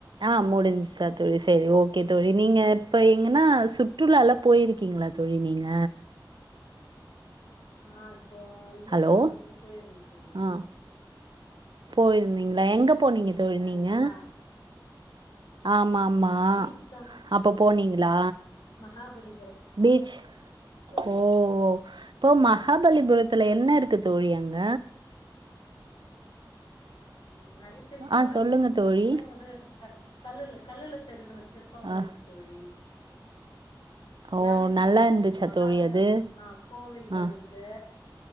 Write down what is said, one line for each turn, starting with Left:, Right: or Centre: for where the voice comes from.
Right: ஆ முடிஞ்சுச்சா தோழி சேரி ஓகே தோழி நீங்க இப்ப எங்கன்னா சுற்றுலாலா போயிருக்கீங்களா தோழி நீங்க
Left: ஆ இப்போ லீவ்
Right: ஹலோ
Left: வரும்போது போயிருந்தே தோழி
Right: ஆ போயிருந்தீங்களா எங்க
Left: லீவ்
Right: போனீங்க தோழி
Left: விட்டாங்க
Right: நீங்க
Left: இல்லைங்களா
Right: ஆமாமா
Left: ஆ பீச் தா
Right: அப்போ போனீங்களா
Left: மகாபலிபுரம்
Right: பீச்
Left: தோழி
Right: ஓ ஓ இப்போ மஹாபலிபுரத்துல என்னருக்கு தோழி அங்க
Left: ம் நறைய சிற்பங்கள்
Right: ஆ சொல்லுங்க
Left: ம்
Right: தோழி
Left: மொத்தமே வந்து க கல்லுல கல்லுல செதுக்குன சிற்பங்கள்
Right: ஆ
Left: இருக்குது தோழி எல்லாமே
Right: ஓ நல்லா
Left: ம
Right: இருந்துச்சா
Left: மஹா
Right: தோழி
Left: வைரம்
Right: அது
Left: அ கோவில்கள்
Right: ஆ
Left: இருக்கு